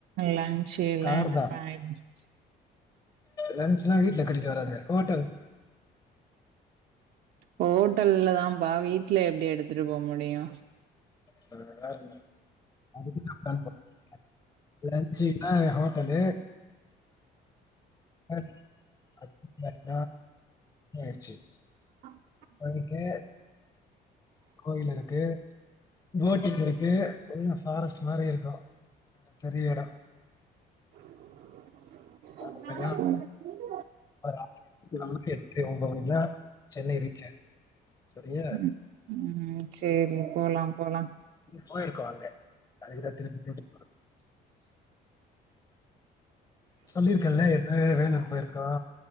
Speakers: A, on the right; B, on the left.
A: லஞ்ச் எல்லா
B: கார்தா
A: என்னப் பண்ணிட்
B: லஞ்ன்சுலா வீட்ல கட்டிட்டு வராதே ஹோட்டல்
A: ஹோட்டல்ல தான்பா வீட்ல எப்டி எடுத்துட்டு போ முடியு
B: <unintelligible> லஞ்ன்சுனா அ ஹோட்டலு <unintelligible> ஆயிர்ச்சு
A: ஆ
B: அதுக்கு கோயில் இருக்கு போட்டிங் இருக்கு உள்ள ஃபாரஸ்ட் மாரி இருக்கு பெரிய எடோ
A: சேரி
B: அங்கலாம் ஒரு <unintelligible> எட்டு ஒம்பது மணிக்குல்லா சென்னை ரீட்ச் ஆயிடு சரியா
A: ம் ம் சேரி போலாம் போலாம்
B: போயிருக்கோ அங்க அதுக்கு தா திருப்பி திருப்பி போறோ சொல்லிருக்கெல்ல எடு வே வேலூர் போயிருக்கா